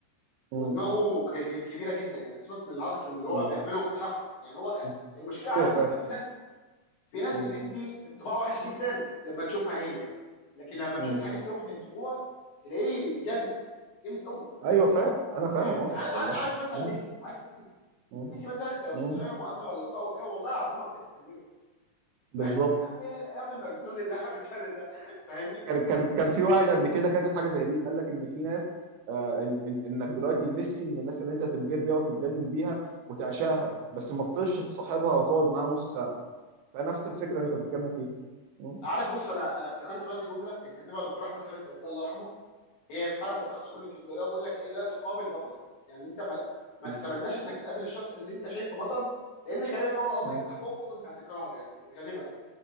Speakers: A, on the right (about 85°); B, on the left (about 60°).
A: مم.
B: ودماغه ك- كبيره جدا يعني سيبك من الهجص اللي هو
A: مم.
B: بيعمله كشخص يعني هو ك...
A: مم.
B: المشكله
A: ايوه
B: عارف
A: فاهم
B: انت في ناس في ناس
A: مم.
B: بتدي انطباع وحش جدا لما تشوفها هي لكن لما
A: مم.
B: تشوف الحاجات اللي هم بينتجوها تلاقيه جامد جامد قوي
A: ايوه فاهم انا فاهم
B: فاهم
A: قصدك
B: عار-
A: والله
B: عار- عارف مثلا
A: مم.
B: ميسي عارف ميسي
A: مم.
B: ميسي مثلا انت لو
A: مم.
B: شفت له اي مقابله ولا لقاء ولا كده والله العظيم ما بتقدر تكمله
A: بالظبط
B: فاهم يا عم ايه- يا عم المجنون اللي قاعد بيتكلم ده فاهمني
A: كان كان كان
B: لكن
A: في واحد قبل كده كاتب حاجه زي دي قال لك ان في ناس آه إن إن انك دلوقتي ميسي من الناس اللي انت تنبهر بيها وتتجنن بيها وتعشاها بس ما تطيش تصاحبها او تقعد معاها نص ساعه فنفس الفكره
B: بالظبط
A: اللي انت بتتكلم فيها مم.
B: عارف بص انا انا افتكرت دلوقتي جمله كان كاتبها دكتور احمد خالد توفيق الله يرحمه هي فعلا بتلخص كل الكلام ده اللي هو بيقول لك ايه لا تقابل بطله يعني انت ما ما
A: مم.
B: تتمناش انك تقابل الشخص اللي انت شايفه بطل لان غالبا هو اول
A: مم.
B: ما يفتح بقه انت هتكرهه يعني غالبا